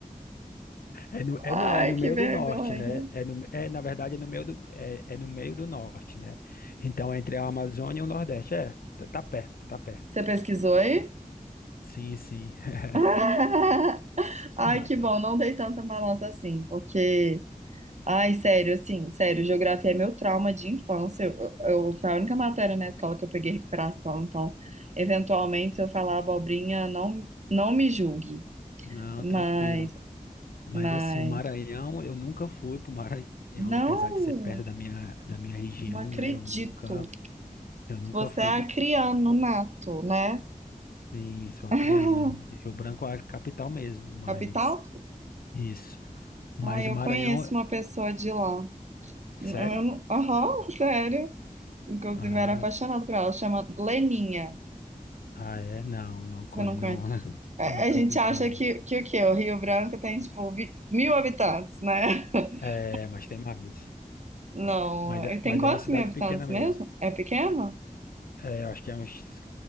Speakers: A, on the left; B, on the right.
A: É, no, é
B: Ai,
A: não, é no
B: que
A: meio
B: vergonha.
A: do norte, né? É, no, é na verdade é no meio do, é, é no meio do norte, né? Então é entre a Amazônia e o Nordeste, é, tá, tá perto, tá perto.
B: Você pesquisou aí?
A: Sim, sim. <laughs>
B: <laughs> Ai,
A: Ma-
B: que bom, não dei tanta malota assim, porque Ai, sério, assim, sério, geografia é meu trauma de infância. Eu, eu- foi a única matéria na escola que eu peguei recuperação, então, eventualmente, se eu falar abobrinha, não, não me julgue.
A: Não,
B: Mas,
A: tranquilo. Mas
B: mas,
A: assim, o Maranhão, eu nunca fui pro Maranhão,
B: não,
A: apesar de ser perto da minha, da minha região,
B: não acredito.
A: né? Eu nunca, eu nunca
B: Você
A: fui
B: é
A: do,
B: acriano nato, né?
A: em Suacriana,
B: <laughs>
A: de Rio Branco é a capital mesmo, mas
B: Capital?
A: isso. Mas
B: Ai,
A: o
B: eu
A: Maranhão,
B: conheço uma pessoa de lá.
A: sério?
B: Eu não- Aham, sério. Inclusive,
A: Ah,
B: eu era apaixonada por ela, chama Leninha.
A: ah é? Não, não conhe-
B: Você não
A: não,
B: conhece?
A: <laughs>
B: A
A: nunca
B: a gente
A: ouvi
B: acha
A: falar.
B: que, que o quê? O Rio Branco tem, tipo, vi- mil habitantes, né? <laughs>
A: É, mas tem mais.
B: Não,
A: Mas
B: eh,
A: é,
B: tem
A: mas
B: quantos
A: é uma cidade
B: mil habitantes
A: pequena mesmo.
B: mesmo? É pequeno?
A: É, eu acho que é uns